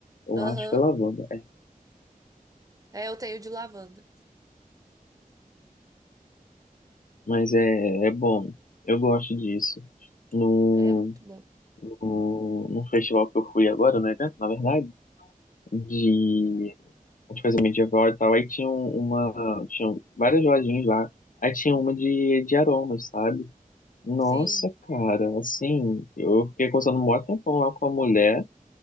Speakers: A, on the left; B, on the right.
A: Eu
B: Aham.
A: acho que é lavanda, é.
B: É, eu tenho de lavanda.
A: mas é, é bom. Eu gosto disso. No,
B: É muito bom.
A: no, no festival que eu fui agora, no evento, na verdade, de, de coisa medieval e tal, aí tinha um- uma, tinha várias lojinhas lá. Aí tinha uma de, de aromas, sabe? Nossa,
B: Sim.
A: cara, assim, eu fiquei conversando um maior tempão lá com a mulher